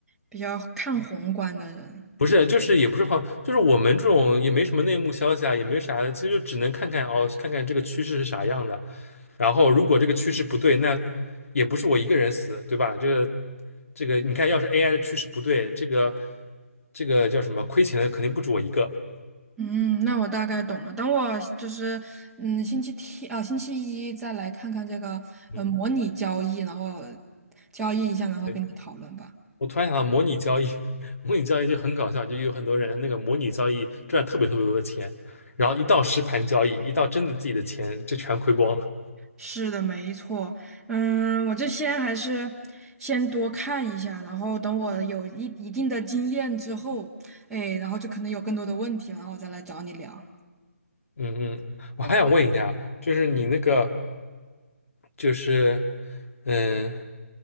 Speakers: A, in the centre; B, on the left.
A: 比较看宏观的人。
B: 不是，就是也不是话，就是我们这种也没什么内幕消息啊，也没啥的，其实就只能看看哦，看看这个趋势是啥样的。然后如果这个趋势不对，那也不是我一个人死，对吧？这个这个，你看，要是 AI 的趋势不对，这个这个叫什么亏钱的肯定不止我一个。
A: 嗯，那我大概懂了。等我就是嗯，星期天啊，星期一再来看看这个呃模拟交易，
B: 嗯，
A: 然后交易一下，然后跟你讨论吧。
B: 对。我突然想到模拟交易，<laughs> 模拟交易就很搞笑，就有很多人那个模拟交易赚特别特别多的钱，然后一到实盘交易，一到真的自己的钱就全亏光了。
A: 是的，没错。嗯，我这先还是先多看一下，然后等我有一一定的经验之后，哎，然后就可能有更多的问题了然后我再来找你聊。
B: 嗯嗯，我还想问一下，就是你那个，就是嗯，